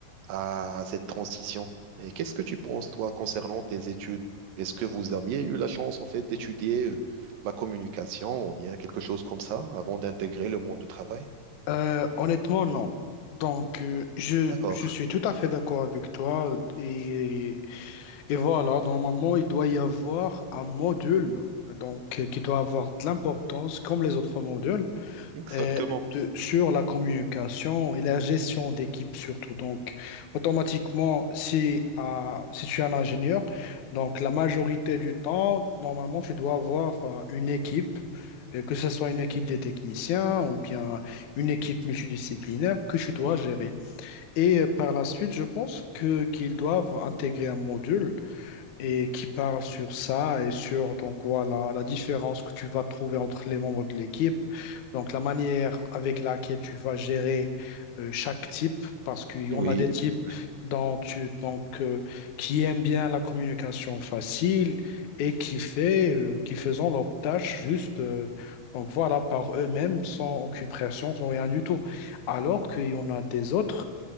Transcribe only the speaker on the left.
Euh, honnêtement, non. Donc, euh, je,
je suis tout à fait d'accord avec toi. Et, et voilà, normalement, il doit y avoir un module donc, euh, qui doit avoir de l'importance comme les autres modules.
euh, de, sur la communication et la gestion d'équipe surtout. Donc, automatiquement, si, euh, si tu es un ingénieur, donc la majorité du temps, normalement, tu dois avoir euh, une équipe, euh, que ce soit une équipe des techniciens ou bien une équipe multidisciplinaire que tu dois gérer. Et euh, par la suite, je pense que qu'ils doivent intégrer un module et qui parle sur ça et sur donc voilà la différence que tu vas trouver entre les membres de l'équipe, donc la manière avec laquelle tu vas gérer euh, chaque type parce qu'il y
en a des types
dont tu donc euh, qui aiment bien la communication facile et qui fait euh, qui faisant leurs tâches juste euh, donc voilà par eux-mêmes sans occupation sans rien du tout, alors qu'il y en a des autres